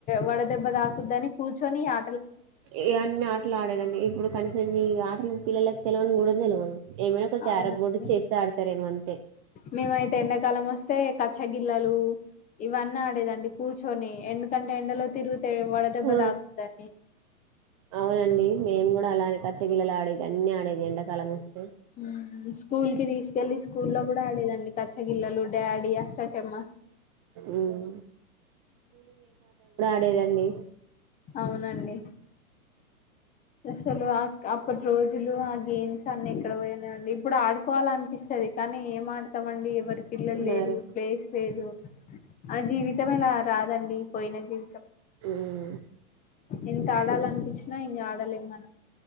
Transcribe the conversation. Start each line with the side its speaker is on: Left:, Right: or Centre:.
Left: వడదెబ్బ తాకుద్దని కూర్చొని ఆ
Right: ఇవన్నిీ ఆటలు ఆడేదండి ఇప్పుడు కనీసం ఈ ఆటలు పిల్లలకి తెలివని కూడా తెలువదు ఏమైనా ఒక
Left: అవునండి
Right: క్యారం బోర్డు చెస్ ఆడతారేమో అంతే
Left: మేమైతే ఎండాకాలం వస్తే కచ్చాగిిల్లాలు <unintelligible> ఇవన్న ఆడేదండి కూర్చొని ఎందుకంటే ఎండలో తిరుగితే వడదెబ్బ
Right: ఆ
Left: తాకుదని
Right: అవునండి మేము కూడా అలానే కచ్చగిలలా ఆడేది అన్ని ఆడేది ఎండాకాలం వస్తే
Left: <unintelligible> స్కూల్ కి తీసుకెళ్ళి స్కూల్లో కూడా ఆడేదండి కచ్చగిల్లలు డాడీ అష్టాచమ్మ
Right: ఉమ్ అడేదండి
Left: అవునండి అస్సలు అప్పటి రోజులు ఆ గేమ్స్ అన్ని ఇక్కడ పోయినాండి ఇప్పుడు ఆడుకోవాల అనిపిస్తుది కానీ ఏం ఆడుతాంండి ఎవరు పిల్లలు
Right: మరి
Left: లేరు ప్లేస్ లేదు ఆ జీవితం ఇలా రాదండి పోయిన జీవితం
Right: ఉమ్
Left: ఎంత ఆడాల అనిపించినా ఇంకా ఆడలేం మనం